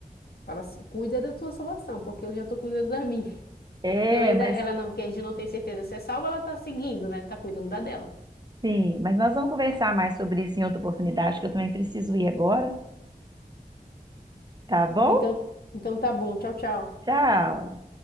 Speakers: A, on the left (about 80°); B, on the right (about 25°).
A: fala assim, cuida da tua salvação, porque eu já tô cuidando da minha, <laughs>
B: é,
A: porque eu ainda
B: mas
A: ela não, porque a gente não tem certeza se é salva, ela tá seguindo, né? Tá cuidando da dela.
B: sim, mas nós vamos conversar mais sobre isso em outra oportunidade, que eu também preciso ir agora, tá bom?
A: Então, então tá bom, tchau, tchau.
B: Tchau.